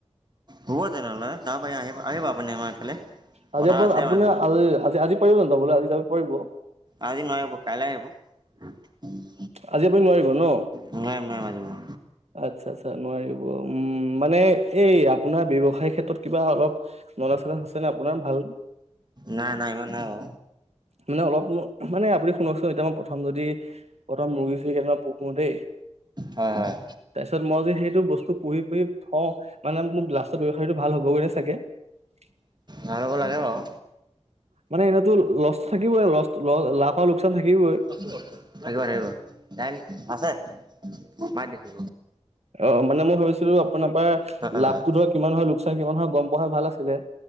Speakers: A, on the right; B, on the right.
A: হ'ব তেনেহ'লে, চাব পাৰি আহিব-আহিব আপুনি আমাৰ এইফালে
B: আজি
A: পথাৰ
B: আপোনাৰ
A: আছে আমাৰ এইফালে।
B: <unintelligible> পাৰিব জানো আজি যাব পৰিব?
A: আজি নোৱাৰিম আক' কাইলে আহিব। <unintelligible>
B: আজি আপুনি নোৱাৰিব ন'?
A: নোৱাৰিম নোৱাৰিম আজি মই
B: আচ্ছা'-আচ্ছা' নোৱাৰিব, উম' মানে এই আপোনাৰ ব্যৱসায় ক্ষেত্ৰত কিবা অলপ- <unintelligible> আছে নে আপোনাৰ ভাল?
A: নাই-নাই, ইমান নাই বাৰু।
B: মানে অলপ মানে আপুনি শুনকচোন এতিয়া মই প্ৰথম যদি- প্ৰথম মূৰ্গী-ছুৰ্গী কেইটামান পুহো দেই।
A: হয়-হয়।
B: তাৰপিছত মই যদি সেইটো বস্তু পুহি-পুহি থওঁ মানে মোৰ লাষ্টৰ ব্যৱসায়টো ভাল হ'বগে নে চাগে? <unintelligible>
A: ভাল হ'ব লাগে বাৰু।
B: মানে এনেইতো লষ্ট থাকিবই, লষ্ট ল-লাফ আৰু লোকচান থাকিবই।
A: থাকিব-থাকিব, দাইল আছে। মাৰি দিছোঁ
B: অ' মানে মই ভাবিছিলো আপোনাৰ পৰা
A: হয় হয়
B: লাভটো ধৰক কিমান হয়, লোকচান কিমান হয় গম পোৱা হ'লে ভাল আছিলে।